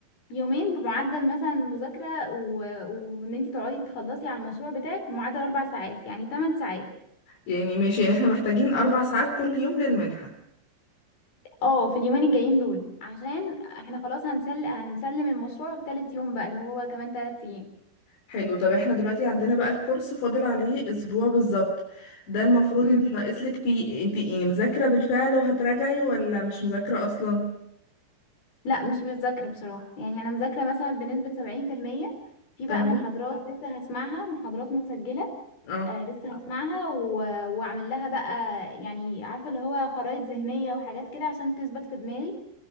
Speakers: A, on the left; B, on the left.
A: يومين بمعدل مثلا مذاكرة و- وان انت تقعدي تخلصي على المشروع بتاعك بمعدل اربع ساعات يعني ثمان ساعات
B: يعني ماشي يعني احنا محتاجين اربع ساعات كل يوم للمنحة
A: اه في اليومين الجايين دول عشان احنا خلاص هنسل هنسلم المشروع في تالت يوم بقى اللي هو كمان تلات ايام
B: حلو طب احنا دلوقتي عندنا بقى الكورس فاضل عليه اسبوع بالظبط ده المفروض
A: مم.
B: انت ناقصلك فيه انت يعني مذاكرة بالفعل وهتراجعي ولا مش مذاكرة اصلا
A: لا مش مذاكرة بصراحة يعني انا مذاكرة مثلا بنسبة سبعين في المية في
B: تمام
A: بقى محاضرات لسه هسمعها محاضرات متسجلة
B: اه
A: آه لسه هسمعها و... واعمل لها بقى يعني عارفه اللي هو خرائط ذهنيه وحاجات كده عشان تثبت في دماغي